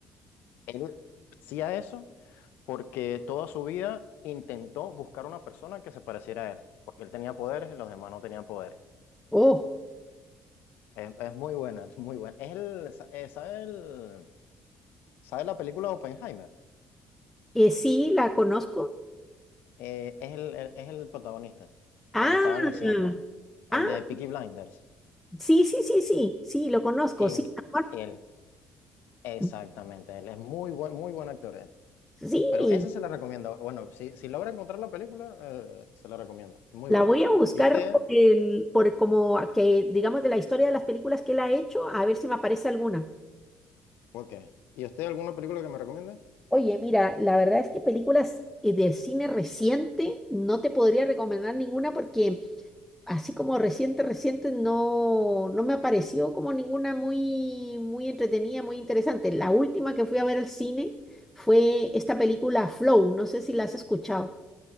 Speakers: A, on the left; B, in the centre.
A: él hacía eso porque toda su vida intentó buscar una persona que se pareciera a él, porque él tenía poderes y los demás no tenían poderes.
B: oh.
A: Es, es muy buena, es muy buena. Es el, sa- eh, ¿sabe el- sabe la película Oppenheimer?
B: Eh, sí, la conozco.
A: Eh, es el, el- es el protagonista,
B: Ah,
A: cuando estaba iniciando, el
B: ah,
A: de Peaky Blinders.
B: sí, sí, sí, sí, sí, lo conozco,
A: Él,
B: sí, a
A: él, exactamente,
B: Sí,
A: él es muy buen, muy buen actor, él.
B: Sí,
A: Pero esa se la recomiendo. Bueno, si, si logra encontrar la película, eh, se la recomiendo. Muy
B: la
A: buena.
B: voy a buscar
A: ¿Y usted?
B: por el, por como a que, digamos, de la historia de las películas que él ha hecho, a ver si me aparece alguna.
A: Ok. ¿Y usted alguna película que me recomiende?
B: Oye, mira, la verdad es que películas eh, del cine reciente no te podría recomendar ninguna porque así como reciente, reciente, no, no me apareció como ninguna muy, muy entretenida, muy interesante. La última que fui a ver al cine fue esta película Flow, no sé si la has escuchado.